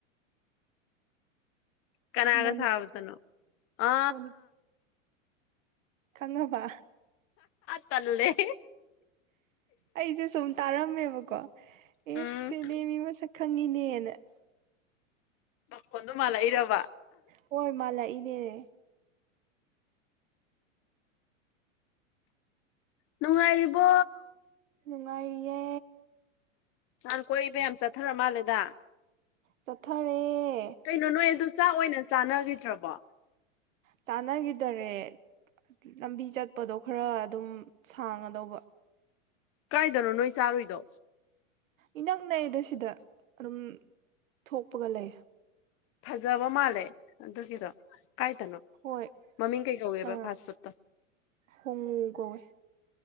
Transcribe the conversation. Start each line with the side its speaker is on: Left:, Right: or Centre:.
Left: ꯀꯅꯥꯒꯁꯥꯎꯇꯅꯣ
Right: ꯃꯣꯅꯤ
Left: ꯑ
Right: ꯃꯣꯅꯤ ꯈꯪꯉꯕ
Left: ꯇꯂꯦ
Right: ꯑꯩꯁꯦ ꯁꯨꯝ ꯇꯥꯔꯝꯃꯦꯕꯀꯣ ꯑꯦ
Left: ꯎꯝ
Right: ꯁꯤꯗꯤ ꯃꯤ ꯃꯁꯛ ꯈꯪꯉꯤꯅꯦꯅ <unintelligible>
Left: ꯃꯈꯣꯟ ꯑꯗꯨ ꯃꯥꯂ ꯏꯔꯕꯥ
Right: ꯍꯣꯏ ꯃꯥꯜꯂꯥꯛꯏꯅꯦꯅꯦ
Left: ꯅꯨꯡꯉꯥꯏꯔꯤꯕꯣ
Right: ꯅꯨꯡꯉꯥꯏꯌꯦ
Left: ꯅꯥꯟ ꯀꯣꯏꯕ ꯌꯥꯝ ꯆꯠꯊꯔ ꯃꯥꯜꯂꯦꯗ
Right: ꯆꯊꯔꯦ
Left: ꯀꯩꯅꯣ ꯅꯣꯏ ꯑꯗꯨ ꯆꯥꯛ ꯑꯣꯏꯅ ꯆꯥꯅꯈꯤ ꯆꯇꯔ꯭ꯕꯣ
Right: ꯆꯥꯟꯅꯈꯤꯗꯔꯦ ꯂꯝꯕꯤ ꯆꯠꯄꯗꯣ ꯈꯔ ꯑꯗꯨꯝ ꯁꯥꯡꯒꯗꯧꯕ
Left: ꯀꯥꯏꯗꯅꯣ ꯅꯣꯏ ꯆꯥꯔꯨꯏꯗꯣ
Right: ꯏꯅꯛ ꯅꯩꯗ ꯁꯤꯗ ꯑꯗꯨꯝ ꯊꯣꯛꯄꯒ ꯂꯩ
Left: ꯐꯖꯕ ꯃꯥꯜꯂꯦ ꯑꯗꯨꯒꯤꯔꯣ ꯀꯥꯏ ꯇꯅꯣ
Right: ꯍꯣꯏ
Left: ꯃꯃꯤ ꯀꯩ ꯀꯧꯑꯦꯕ
Right: ꯑ
Left: ꯐꯥꯁ ꯐꯨꯗ ꯇ
Right: ꯍꯣꯡꯉꯨ ꯀꯧꯋꯦ